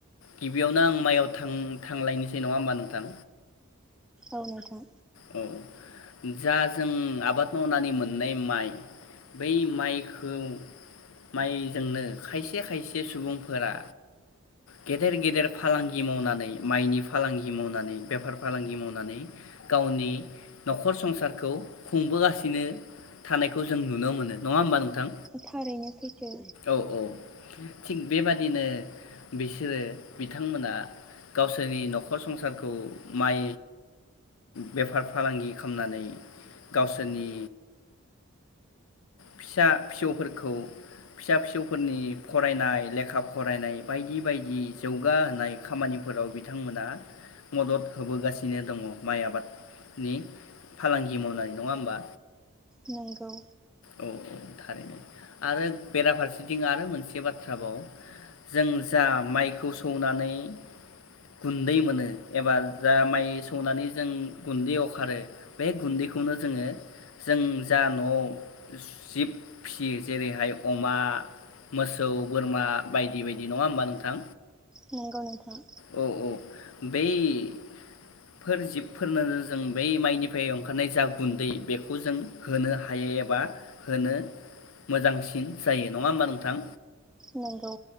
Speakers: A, on the left; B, in the centre.
A: गिबियावनो आं माइआव थां थांलायनोसै नङा होमबा नोंथां
B: औ नोंथां
A: औ जा जों आबाद मावनानै मोननाय माइ बै माइखौ माइजोंनो खायसे खायसे सुबुंफोरा गेदेर गेदेर फालांगि मावनानै माइनि फालांगि मावनानै बेफार फालांगि मावनानै गावनि न'खर संसारखौ खुंबोगासिनो थानायखौ जों नुनो मोनो नङा होमबा नोंथां
B: थारैनो सैथो
A: औ औ थिग बेबादिनो बिसोरो बिथांमोना गावसोरनि न'खर संसारखौ माइ बेफार फालांगि खालामनानै गावसोरनि फिसा फिसौफोरखौ फिसा फिसौफोरनि फरायनाय लेखा फरायनाय बायदि बायदि जौगाहोनाय खामानिफोराव बिथांमोना मदद होबोगासिनो दङ। माइ आबादनि फालांगि मावनानै नङा होमबा
B: नोंगौ
A: औ औ थारैनो आरो बेराफारसेथिं आरो मोनसे बाथ्रा बाव जों जा माइखौ सौनानै गुन्दै मोनो एबा जा माइ सौनानै जों गुन्दै अखारो बे गुन्दैखौनो जोङो जों जा न'आव जिब फियो जेरैहाय अमा मोसौ बोरमा बायदि बायदि नङा होमबा नोंथां
B: नोंगौ नोंथां
A: औ औ बैफोर जिबफोरनो जों बै माइनिफ्राय ओंखारनाय जा गुन्दै बेखौ जों होनो हायो एबा होनो मोजांसिन जायो नङा होमबा नोंथां।
B: नंगौ